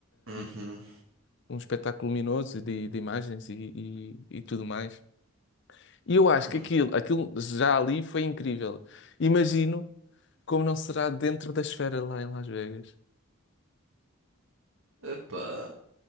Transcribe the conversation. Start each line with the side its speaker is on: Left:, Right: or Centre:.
Right: Uhum.
Left: hum, um espetáculo luminoso de, de imagens e, e, e tudo mais. E eu acho
Right: uhum.
Left: que aquilo, aquilo já ali foi incrível. Imagino como não será dentro da esfera lá em Las Vegas.
Right: Epá,